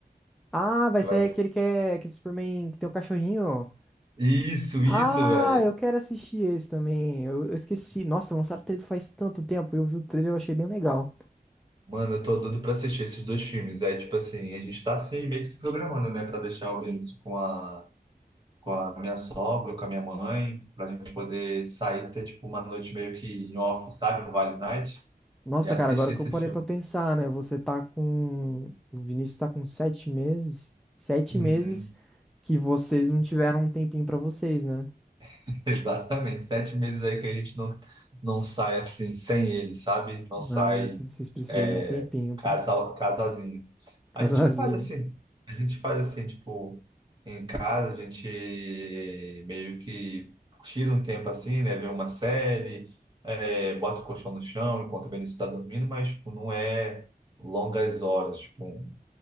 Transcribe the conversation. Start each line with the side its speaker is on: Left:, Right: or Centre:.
Centre: Ah, vai
Right: que
Centre: ser
Right: vai...
Centre: aquele que é aquele Superman que tem o cachorrinho.
Right: Isso, isso,
Centre: Ah,
Right: velho.
Centre: eu quero assistir esse também. Eu, eu esqueci. Nossa, lançaram o trailer faz tanto tempo. Eu vi o trailer, e eu achei bem legal.
Right: Mano, eu tô doido pra assistir esses dois filmes. Aí, tipo assim, a gente tá assim, meio que se programando, né? Pra deixar o Vinícius com a, com a minha sogra, com a minha mãe, pra gente poder sair, ter, tipo, uma noite meio que em off, sabe? No Vale Night,
Centre: Nossa,
Right: e assistir
Centre: cara, agora que
Right: esse
Centre: eu parei
Right: filme.
Centre: pra pensar, né? Você tá com. O Vinícius tá com sete meses. Sete
Right: Uhum.
Centre: meses que vocês não tiveram um tempinho pra vocês, né?
Right: <laughs> Exatamente. Sete meses aí que a gente não, não sai assim, sem ele, sabe? Não sai
Centre: Ah, vocês precisam
Right: é,
Centre: de um tempinho,
Right: casal,
Centre: pô.
Right: casalzinho.
Centre: <laughs> Casalzinho.
Right: A gente faz assim, a gente faz assim, tipo, em casa a gente meio que tira um tempo assim, né? Vê uma série, é, bota o colchão no chão enquanto o Benício está dormindo, mas tipo, não é longas horas, tipo, um-